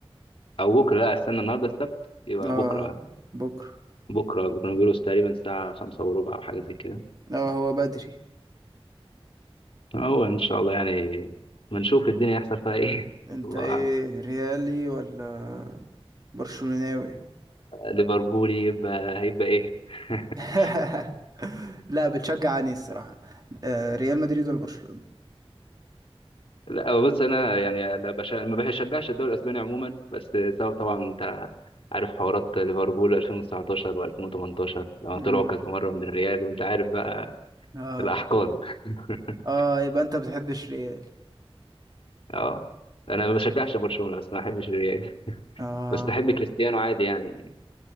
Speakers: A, on the left; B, on the right.
A: او بكره لا استنى النهارده السبت يبقى
B: اه
A: بكره
B: بكرة
A: بكره بيكونوا بيقولوا تقريبا الساعه خمسة وربع او حاجه زي كده
B: اه هو بدري
A: هو ان شاء الله يعني ما نشوف الدنيا يحصل فيها ايه
B: انت
A: <laughs> الله
B: ايه
A: اعلم
B: ريالي ولا برشلوناوي
A: ليفربول يبقى هيبقى ايه <laughs>
B: <laughs> لا بتشجع اني الصراحة آه، ريال مدريد ولا برشلونة
A: لا هو بص انا يعني أنا بش... ما بشجعش الدوري الاسباني عموما بس سبب طبعا انت عارف حوارات ليفربول 2019 و2018 لما
B: مم.
A: طلعوا كذا مره من الريال وانت عارف بقى
B: اه
A: الاحقاد <laughs>
B: اه يبقى انت بتحبش ريال
A: اه انا ما بشجعش
B: مم.
A: برشلونه بس ما احبش الريال
B: اه
A: بس احب كريستيانو عادي يعني